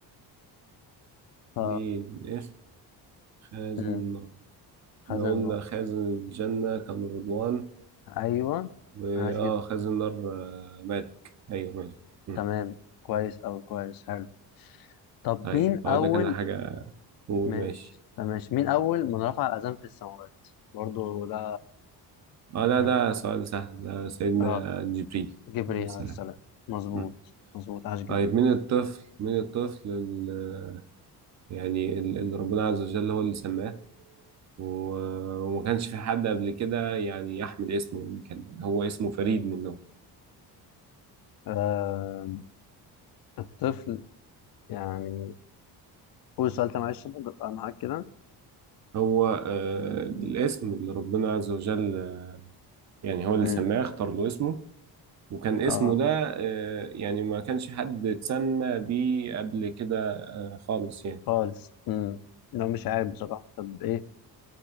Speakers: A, on the left; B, on the right.
A: ف
B: مين اسم خازن
A: م-
B: النار
A: خزن
B: لو
A: النار
B: قلنا خازن الجنة كان رضوان
A: ايوه
B: وآه
A: عاش جدا
B: خازن نار آه، مالك أيوه مالك مم.
A: تمام كويس او كويس حلو طب
B: طيب
A: مين
B: هقول
A: اول
B: لك أنا حاجة قول
A: ماشي
B: ماشي
A: ماشي مين أول من رفع الأذان في السماوات؟ برضو ده
B: آه لا
A: يعني
B: ده
A: المفروض
B: سؤال سهل ده سيدنا
A: اه
B: جبريل
A: جبريل
B: عليه السلام
A: عليه السلام مظبوط
B: مم.
A: مظبوط عاش جدا
B: طيب من الطفل من الطفل ال- يعني ال- اللي ربنا عز وجل هو اللي سماه و- وما كانش في حد قبل كده يعني يحمل اسمه يعني كان هو اسمه فريد من نوعه
A: آه... الطفل يعني قول السؤال ده معلش عشان أبقى معاك كده
B: هو آه، الاسم اللي ربنا عز وجل يعني هو اللي
A: مم.
B: سماه اختار له اسمه وكان اسمه
A: اه
B: ده آه، يعني ما كانش حد اتسمى بيه قبل كده خالص يعني
A: خالص مم. لو مش عارف بصراحة طب ايه